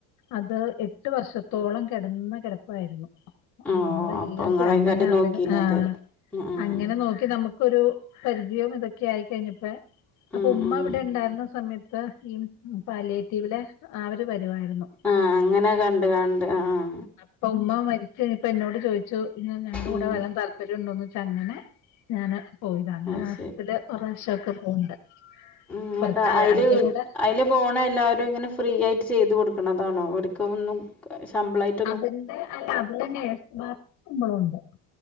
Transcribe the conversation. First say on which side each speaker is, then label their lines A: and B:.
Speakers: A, on the left; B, in the centre.
A: അത് എട്ട് വർഷത്തോളം കെടന്നകെടപ്പായിരുന്നു
B: ഓ
A: നമ്മളെല്ലാം
B: അപ്പൊ ഇങ്ങളേക്കാരം
A: ചെ അങ്ങനെ അതിന്
B: നോക്കീനത്
A: ആഹ്
B: ഉം
A: അങ്ങനെ നോക്കി നമുക്കൊരു പരിചയം ഇതൊക്കെ ആയിക്കഴിഞ്ഞപ്പോ അപ്പൊ
B: ഉം
A: ഉമ്മ
B: ഉം
A: ഇവിടെ ഉണ്ടായിരുന്ന സമയത്ത് ഈ പാലിയേറ്റിവിലെ അവര് വരുവായിരുന്നു
B: ആഹ് അങ്ങനെ കണ്ട് കണ്ട് ആഹ്
A: അപ്പ ഉമ്മ മരിച്ച് കയിഞ്ഞപ്പോ എന്നോട് ചോദിച്ചു ഞങ്ങളുടെ
B: ഉം
A: കൂടെ വരാൻ താല്പര്യണ്ടോന്ന് ചോയ്ച്ചു അങ്ങനെ ഞാന് പോയതാ അങ്ങനെ
B: അത്
A: മാസത്തില്
B: ശരി
A: ഒര് പ്രാവശ്യോക്കെ പോവണ്ട്
B: ഉം എന്നിട്ട്
A: കൊറച്ച്
B: അയില്
A: അവരുടെ കൂടെ
B: അയില് പോണ എല്ലാവരും ഇങ്ങനെ ഫ്രീ ആയിട്ട് ചെയ്ത് കൊടുക്കണതാണോ ഓര്ക്കൊന്നും ശമ്പളായിട്ട്
A: അതിന്റെ അല്ല അതിലെ നേഴ്‌സ്മാർക്ക് ശമ്പളോണ്ട്